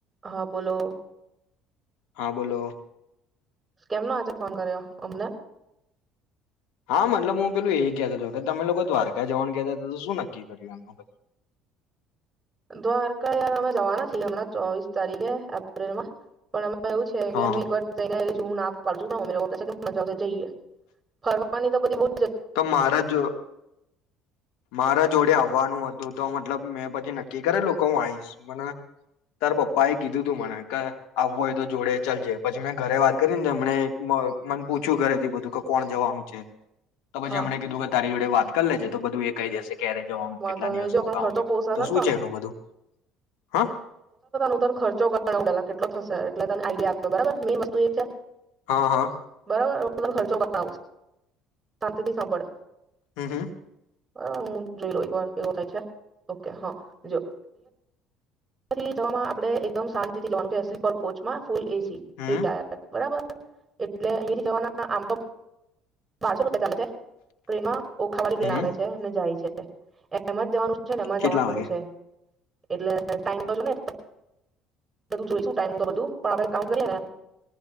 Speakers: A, on the right; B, on the left.
A: હા બોલો.
B: હા બોલો.
A: કેમનો આજે ફોન કર્યો અમને.
B: હા મતલબ હું પેલું એ કેહેતાતો હતો કે તમે લોકો દ્વારકા જવાનું કેતા હતા તો શું નક્કી કર્યું એમ.
A: દ્વારકા યાર અમે જવાના છીએ હમણાં ચોવીસ તારીખે એપ્રિલમાં પણ અમે એમાં એવું છે કે
B: હા
A: હું એક વાર જઈને આવી રહી છું હું ના પડ જઈએ ફરવાની તો બધી બો
B: તો મારા જો મારા જોડે આવ વાનું હતું તો મતલબ મેં પછી નક્કી કરેલું કે હું આઈશ મને તાર પપ્પા એ કીધું તું મને કા આવવું હોય તો જોડે ચલજે પછી મેં ઘરે વાત કરીને એમને મને પૂછ્યું ઘરે થી બધું કે કોણ જવાનું છે. તો પછી
A: હા
B: એમણે કીધું કે તારી વાત કરી લેજે તો બધું એ કહી દેશે. ક્યારે જવાનું
A: વાંધો
B: કેટલા
A: નય
B: દિવસ
A: જો
B: રોકાવાનું
A: ખર્ચો
B: એમ
A: પોસાશે
B: તો
A: ને
B: શું
A: તને
B: છે એનું બધું હા
A: ઉં તને ખર્ચો બદલાવુ પેલા કેટલો થશે. તે એટલે તને આઈડિયા આપો બરાબર મેં વસ્તુ એ છે.
B: હા હા.
A: બરાબર ખર્ચો બતાવો શાંતિથી સાભળ.
B: હમ્મ હમ્મ.
A: હ જોઈ લો એક વાર કેવય છે ઓકે હા જો થી જવામાં આપડે એકદમ શાંતિથી જવાનું છે સ્લીપર કોચમાં. ફૂલ એસી
B: હમ
A: થ્રી ટાયર બરાબર. એટલે અર જવાના આમ તો બારસો રૂપિયા ચાલે છે ફમાં ઓખાવાળ
B: હમ
A: <unintelligible> આવે છે ને જાય છે. એમાં જ દેવાનું છે ને એમાં
B: કેટલા
A: જવાનું
B: વાગે
A: છે. એટલે ટાઈમ પાજો ને બધું જોઈશું ટાઈમનું તો બધું પણ આપણે કાઉન્ટ કરીએ ને